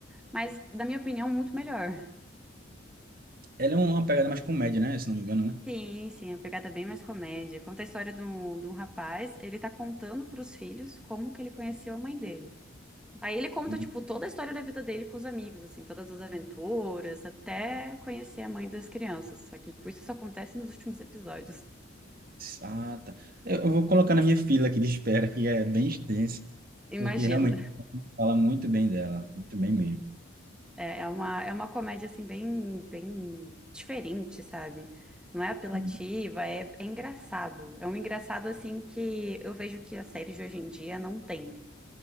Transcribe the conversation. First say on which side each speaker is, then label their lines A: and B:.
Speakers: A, in the centre; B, on the right.
A: mas, na minha opinião, muito melhor.
B: Ela é uma pegada mais comédia, né? Se não me engano, né?
A: Sim, sim, a pegada é bem mais comédia. Conta a história de um, de um rapaz, ele tá contando pros filhos como que ele conheceu a mãe dele. Aí ele conta,
B: Hum,
A: tipo, toda a história da vida dele com os amigos, assim, todas as aventuras, até conhecer a mãe das crianças. Só que, tipo, isso só acontece nos últimos episódios.
B: Ah, tá. Eu, eu vou colocar na minha fila aqui de espera, que é bem extensa,
A: Imagina.
B: porque realmente fala muito bem dela, muito bem mesmo.
A: É, é uma, é uma comédia, assim, bem, bem diferente, sabe? Não é apelativa,
B: Hum.
A: é, é engraçado. É um engraçado, assim, que eu vejo que as séries de hoje em dia não tem.